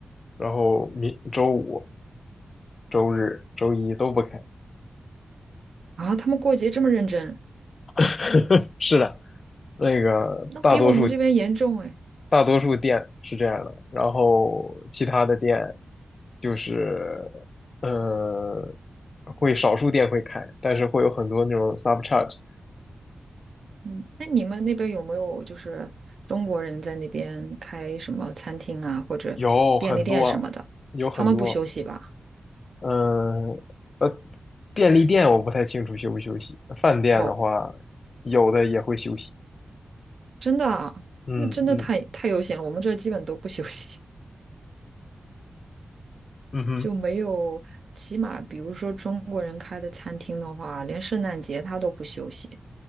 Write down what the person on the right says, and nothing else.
啊，他们过节这么认真，
那比我们这边严重哎。
嗯，那你们那边有没有就是中国人在那边开什么餐厅啊，或者便利店什么的？
他们不休息吧？
哦。
真的啊，
那真的太太悠闲了。我们这儿基本都不休息，<laughs>
就没有，起码比如说中国人开的餐厅的话，连圣诞节他都不休息。